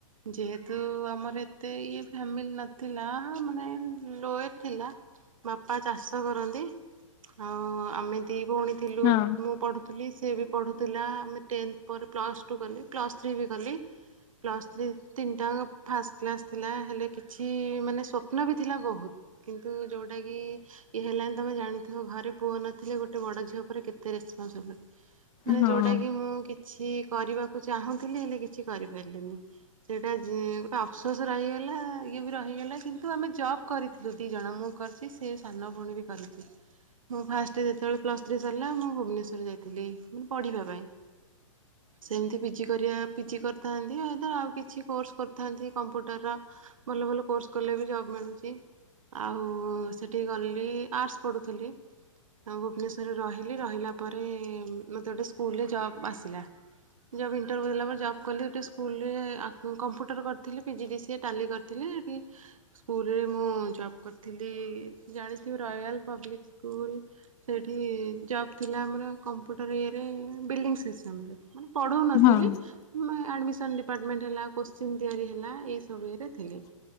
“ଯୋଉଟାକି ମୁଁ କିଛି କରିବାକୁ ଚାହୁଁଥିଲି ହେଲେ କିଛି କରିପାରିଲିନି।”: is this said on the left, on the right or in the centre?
Right